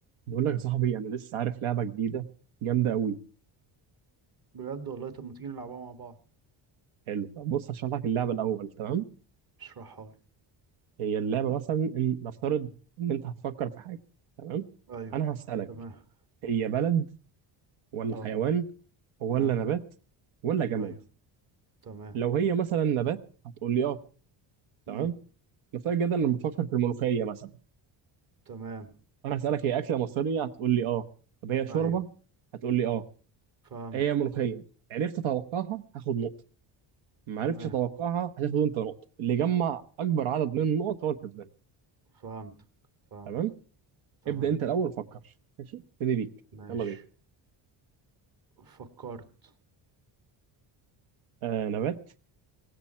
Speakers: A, on the right; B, on the right.
A: بقول لك يا صاحبي انا لسه عارف لعبه جديده جامده قوي
B: بجد والله طب ما تيجي نلعبها مع بعض
A: حلو طب بص هشرح لك اللعبه الاول تمام
B: اشرحها لي
A: هي اللعبه مثلا إن نفترض ان انت هتفكر في حاجه تمام
B: ايوه
A: انا هسالك
B: تمام
A: هي بلد ولا
B: اه
A: حيوان ولا
B: اه
A: نبات ولا جماد
B: ايوه تمام
A: لو هي مثلا نبات هتقول لي اه تمام
B: امم
A: نفترض جدا ان بفكر في الملوخيه مثلا
B: تمام
A: انا هسالك هي اكله مصريه هتقول لي اه طب هي شوربه
B: ايوه
A: هتقول لي اه
B: فهمتك
A: هي ملوخيه
B: فهمت
A: عرفت اتوقعها هاخد نقطه ما
B: تمام
A: عرفتش اتوقعها هتاخد انت نقطه اللي يجمع اكبر عدد من النقط هو الكسبان
B: فهمتك فهمت
A: تمام
B: تمام
A: ابدا انت الاول فكر ماشي ابتدي بيك
B: ماشي
A: يلا بينا
B: فكرت
A: آه نبات